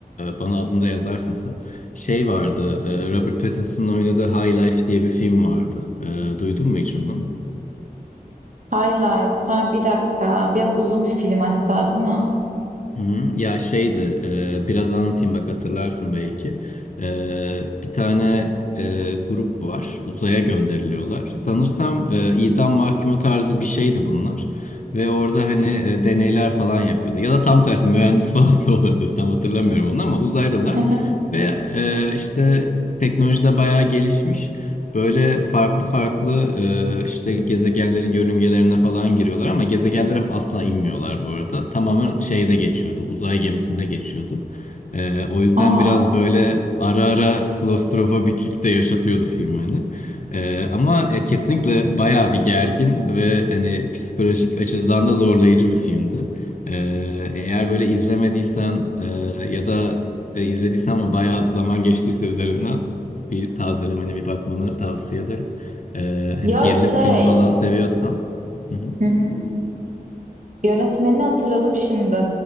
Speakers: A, on the left; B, on the right.
A: bana adını da yazarsın sen. Şey vardı. e, Robert Pattinson'ın oynadığı High Life diye bir film vardı. E, duydun mu hiç onu?
B: High Life. Ha bir dakika. Biraz uzun bir film hatta değil mi?
A: Hı hı. Ya şeydi, e, biraz anlatayım bak hatırlarsın belki. E, bir tane e, grup var, uzaya gönderiliyorlar. Sanırsam e, idam mahkumu tarzı bir şeydi bunlar. Ve orada hani e, deneyler falan yapıyordu. Ya da tam tersi mühendis <laughs> falan da olabilir, tam hatırlamıyorum onu ama uzaydalar.
B: <laughs>
A: Ve e, işte teknoloji de bayağı gelişmiş. Böyle farklı farklı e, işte gezegenlerin yörüngelerine falan giriyorlar ama gezegenlere asla inmiyorlar bu arada. Tamamen şeyde geçiyordu, uzay gemisinde geçiyordu. E, o yüzden
B: Aa.
A: biraz böyle ara ara klostrofobiklik de yaşatıyordu film beni. E, ama e, kesinlikle bayağı bir gergin ve hani psikolojik açıdan da zorlayıcı bir filmdi. E, eğer böyle izlemediysen e, ya da e, izlediysen ama bayağı zaman geçtiyse üzerinden bir tazelemeni bir bakmanı tavsiye ederim. Ee, hani
B: Ya
A: gerilim
B: şey.
A: filmi falan seviyorsan. Hı hı,
B: <laughs> Yönetmenini hatırladım şimdi.